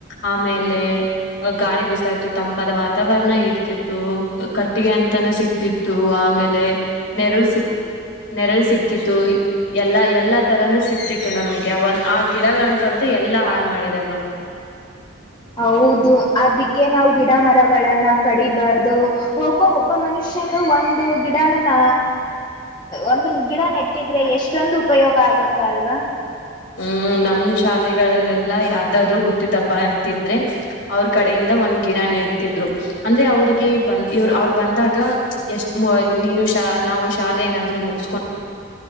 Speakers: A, on the left (about 65°); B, on the left (about 20°).
A: ಆಮೇಲೆ. ಗಾಳಿ ಬಿಸ್ತಾ ಇತ್ತು ತಂಪಾದ ವಾತಾವರಣ ಇಡ್ತಿತ್ತು ಕಟ್ಟಿಗೆ ಅಂತಾನ ಸಿಕ್ತಿತ್ತು. ಆಮೇಲೆ ನೆರಳ ಸಿಗ್. ನೆರಳು ಸಿಕ್ತಿತ್ತು ಎಲ್ಲಾ ಎಲ್ಲಾ ತರಾನೂ ಸಿಕ್ತಿತ್ತು ನಮಗೆ ಅವನ್ ಆ ಗಿಡಗಳ ಕಡ್ದ. ಎಲ್ಲಾ ಹಾಳ್ ಮಾಡಿದರೆ ನೋಡು.
B: ಹೌದು ಅದಕ್ಕೆ ನಾವು ಗಿಡ ಮರಗಳನ್ನ ಕಡಿಬಾರ್ದು ಒಬ್ಬ ಒಬ್ಬ ಒಬ್ಬ ಮನುಷ್ಯನು ಒಂದು ಗಿಡನ ಒಂದು ಗಿಡ ನೆಟ್ಟಿದ್ರೆ ಎಷ್ಟೊಂದು ಉಪಯೋಗ ಆಗುತ್ತ ಅಲ್ವಾ
A: ಹ್ಮ್ ನಮ್ ಶಾಲೆಗಳಲ್ಲೆಲ್ಲಾ ಯಾರ್ಧಾದ್ರೂ ಹುಟ್ಟಿದ ಅಂತಿದ್ರೆ ಅವ್ರ ಕಡೆಯಿಂದ ಒಂದ್ ಗಿಡ ಿದ್ರು ಅಂದ್ರೆ ಅವ್ರಿಗೆ ಅವ್ರು ಬಂದಾಗ ಎಷ್ಟ ನೀನು ನಾವು ಶಾಲೆ ಏನಾದ್ರೂ ಮುಗಿಸಿಕೊಂಡು